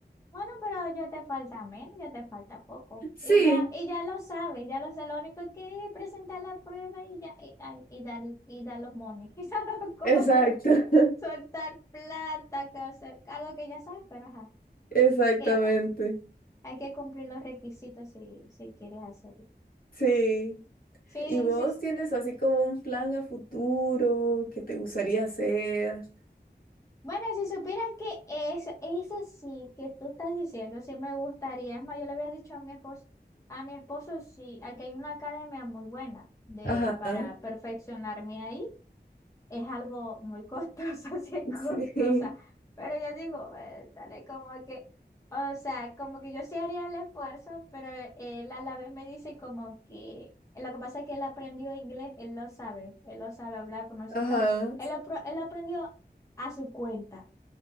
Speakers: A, on the left; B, on the left.
A: Bueno, pero ya te falta menos, ya te falta poco.
B: Sí,
A: Y ya, y ya lo sabes, ya lo sabes. Lo único es que es presentar la prueba y ya, y, ay, y dar, y dar los mones, <laughs> y dar los cobres,
B: exacto, <laughs>
A: soltar plata, que, o sea, algo que ya sabes, pero ajá,
B: exactamente.
A: ¿qué va? Hay que cumplir los requisitos si, si quieres hacerlo.
B: Sí.
A: Sí,
B: ¿Y vos
A: sí, sí.
B: tienes así como un plan a futuro que te gustaría hacer?
A: Bueno, si supiera que es, eso sí que tú estás diciendo, sí me gustaría. Es más, yo le había dicho a mi esposo, a mi esposo, sí, aquí hay una academia muy buena de,
B: Ajá,
A: para perfeccionarme ahí. Es algo muy costoso, <laughs> sí es
B: <laughs>
A: costosa.
B: sí,
A: Pero yo digo, eh, dale, como que, o sea, como que yo sí haría el esfuerzo, pero él a la vez me dice como que, lo que pasa es que él aprendió inglés, él lo sabe, él lo sabe hablar, pronunciar
B: ajá,
A: y todo. Él, lo pro- él lo aprendió a su cuenta.